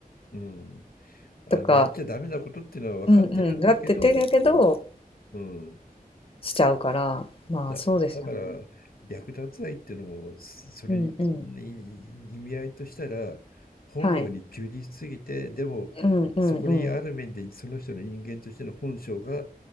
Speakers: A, on the left; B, on the left.
A: う、うん、あのやっちゃダメなことっていうのは分かってるんだけど、
B: とか、うんうん。だっててだけど、
A: うん
B: しちゃうから、まあそうですよね。
A: だ、だから略奪愛っていうのもそそれにに意味合いとしたら
B: うんうん。
A: 本能に忠実すぎてでもそこにある面でその人の人間としての本性が
B: はい。うんうんうん。